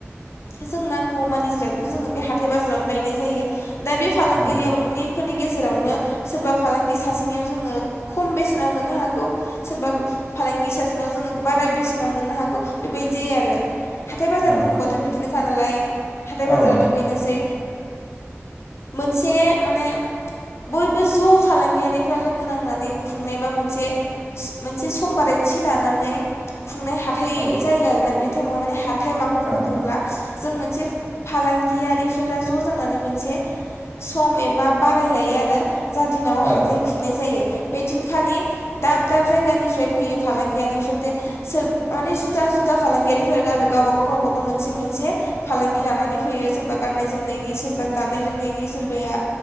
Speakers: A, on the left (about 65°); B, on the right (about 30°).
A: जों नांगौ मानि जिरादखौ जोङो बे हाथाय बाजारावनो लायनाय जायो । दा बे फालांगिरिया
B: औ
A: नि फोरनि गेजेरावनो सोरबा फालांगि सासेनियाव जोङो खम बेसेनाव मोननो हागौ सोरबा फालांगि सासेनाव जोङो बारा बेसेनाव मोननो हागौ बेबायजि जायो आरो । हाथाय बाजार
B: औ
A: बुङोबाथ' बिदिनो फानालाय हाथाइ बाजाराथ'
B: औ नंगौ
A: बेनोसै।
B: औ
A: मोनसे माने बयबो ज' फालांगियारिफ्रा लोगो नांनानै खुंनाय बा मोनसे मोनसे सम बारायथि लानानै खुंनाय हाथाय
B: औ
A: दंना बे टाइमाव माने हाथ थाइ माखौ बुङो
B: औ
A: बुंब्ला जों मोनसे फालांगियारिफोरा ज' जानानै मोनसे सम एबा बाराय लायो आरो जा दिनाव
B: औ
A: हाथाय खुंनाय जायो। बे दिनखालि दाब दाब जायगानिफ्राय फैयो फालांगियारिफोरदे सोर माने जु जुदा जुदा फालांगियारिफोर आरो गावबा गाव गावबा गाव मोनसे मोनसे फालांगि लानानै फैयो। सोरबा गाननाय जोमनायनि, सोरबा जानाय लोंनायनि, सोरबाया